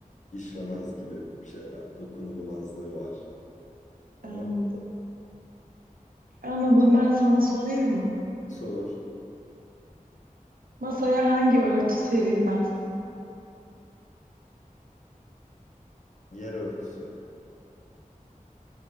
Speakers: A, on the left; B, on the right.
A: işlemez gibi bir şey herhalde. Dokunulmazlığı var. Ama
B: anladım. Anladım. Ben sana sorayım mı?
A: sor.
B: Masaya hangi örtü serilmez?
A: Yer örtüsü